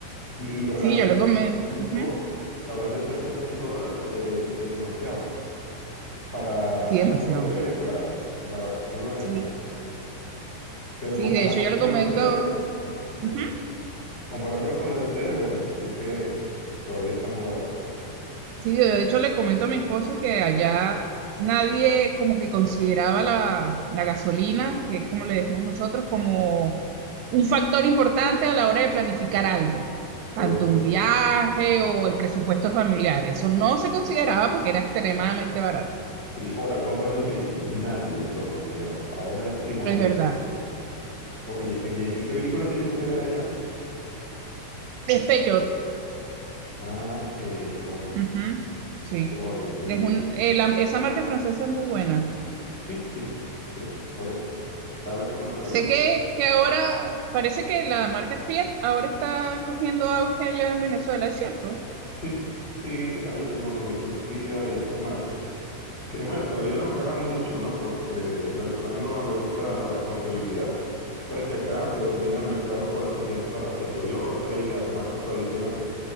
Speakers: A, on the left; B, on the right.
A: y hablar
B: Sí,
A: de
B: yo lo
A: 3.5,
B: comento. Ujú.
A: hablar de 3.5 dólares eh, es demasiado para
B: Sí, demasiado.
A: la costumbre venezolana, para la costumbre venezolana.
B: Sí.
A: Pero
B: Sí,
A: comparando
B: de hecho yo le
A: con
B: comento,
A: la de ustedes, sí.
B: ujú.
A: Comparándolo con la de ustedes, bueno, sí que todavía estamos baratos.
B: Sí, de hecho le comento a mi esposo que allá nadie como que consideraba la, la gasolina, que es como le decimos nosotros, como un factor importante a la hora de planificar algo, tanto
A: Correcto.
B: un viaje o el presupuesto familiar. Eso no se consideraba porque era extremadamente barato.
A: Sí, O la compra de un vehículo, nadie lo considera. Ahora es primordial.
B: Es verdad.
A: Oye, qué bien. ¿Y qué vehículo tienen ustedes allá?
B: Despecho.
A: Ah, ok, qué bueno.
B: Ujú, Sí.
A: Oye, qué
B: Es
A: bien.
B: un, eh, la- esa marca francesa es muy buena.
A: Sí, sí, sí, correcto. Habla con la, habla
B: Sé
A: con la
B: que, que ahora parece que la marca Fiat ahora está cogiendo auge allá en Venezuela, ¿es cierto?
A: Sí, sí, hay algunos, Mericulofía y otras marcas, que bueno, todavía no calan mucho, ¿no? Porque al venezolano le gusta la confiabilidad. Sabes que acá predomina el mercado por la confianza hacia el Toyota y las marcas tradicionales.